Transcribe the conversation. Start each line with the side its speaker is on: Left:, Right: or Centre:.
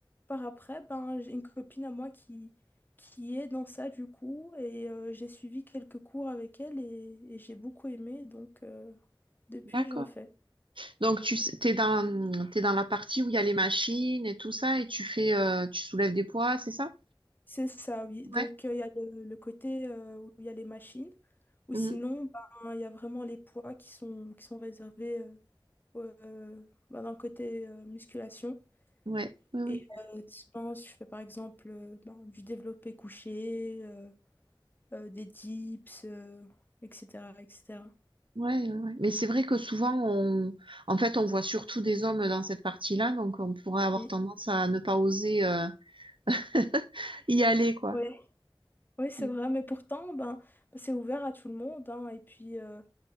Left: par après, ben, j'ai une copine à moi qui, qui est dans ça du coup. Et euh, j'ai suivi quelques cours avec elle et, et j'ai beaucoup aimé. Donc euh, depuis,
Right: d'accord.
Left: j'en fais.
Right: Donc, tu sais- t'es dans, t'es dans la partie où il y a les machines et tout ça, et tu fais, euh, tu soulèves des poids, c'est ça?
Left: C'est ça, oui.
Right: Ouais.
Left: Donc euh, il y a le, le côté euh, où il y a les machines. Ou
Right: Mm.
Left: sinon, ben, il y a vraiment les poids qui sont, qui sont réservés. euh, euh, ben, dans le côté euh, musculation.
Right: Ouais, oui, oui.
Left: Et euh, sinon, si je fais par exemple euh, ben, du développé couché, euh, euh, des dips, euh, etc., etc.
Right: Ouais, ouais, ouais. Mais c'est vrai que souvent, on... en fait, on voit surtout des hommes dans cette partie-là, donc on pourrait avoir
Left: Oui,
Right: tendance à ne pas oser euh, <laughs> y aller, quoi.
Left: ouais. Oui, c'est
Right: Mm.
Left: vrai, mais pourtant, ben, c'est ouvert à tout le monde. hein. et puis, euh,